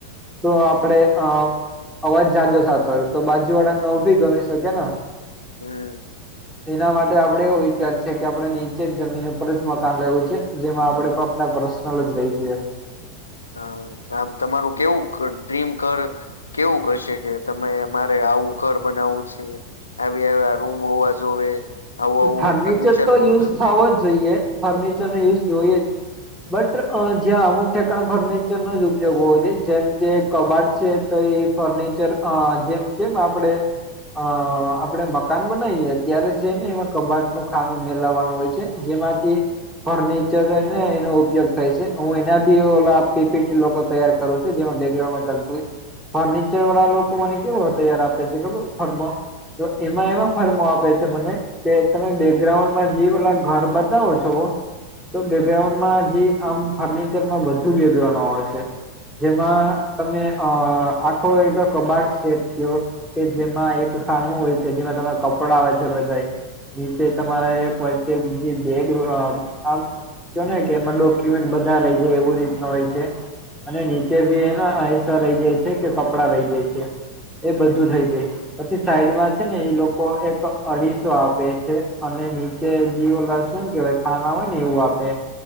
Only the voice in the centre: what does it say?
તો આપડે અ અવાજ ઝા ઝો થતો હોય. તો બાજુ વાળાને ન ભી ગમી શકે ને
તેના માટે આપડે હો છે કે આપણે નીચે જમીન ઉપર જ મકાન લેવું છે. જેમાં આપણે પાપના પર્સનલ જ રહી જઇએ
ફર્નિચર તો
યુઝ
થવો જ જોઈએ. ફર્નિચર નો યુઝ જોઈએ જ બટ જ્યાં અમુક ઠેકાણ ફર્નિચરનો જ ઉપયોગ હોવો જોએ. જેમ કે કબાટ છે તો એ ફર્નિચર અ જેમ કેમ આપડે અ આપડે મકાન બનાવીએ અત્યારે છે ને એમાં કબાટ નું ખાનું મેલાવવાનું હોય છે. જેમાંથી ફર એનો ઉપયોગ થાય છે. હું એના બી ઓલા પીપીટી લોકો તૈયાર કરું છું. જેમાં બેકગાઉન્ડમાં ચાલતું હોય ફર્નિચર વાળા લોકો મને કેવ તૈયાર આપે છે. ખબર ઘરમાં તો એમાં
એમાં ફર્મો આપે છે મને તે તમે બેકગ્રાઉન્ડમાં જી ઓલ ઘર બતાવો છો. તો બેકગ્રાઉન્ડમાં જે આમ ફર્નિચરમાં બધું બેકગ્રઉન્ડ આવેય છે. જેમાં તમે આખો એક કોબક સ્ટે થીયો. કે જેમાં એક ખાનું હોય છે. જેમાં તમારે કપડા આવે છે, બધા નીચે તમારે એક વચચે બેડ આમ કોને કે એમાં ડોક્યુમેન્ટ બધા રહી જાય એવું રીતનું હોય છે. અને નીચે ભી એના અહીસા રહી જાય છે કે કપડા રહી જાય છે. એ બધું થઇ જાય. પછી સાઈડમાં છે ને એઈ લોકો એક અઢી આપે છે અને નીચે જે ઓ શું કેવાય? ખાના હોય ને એવું આપે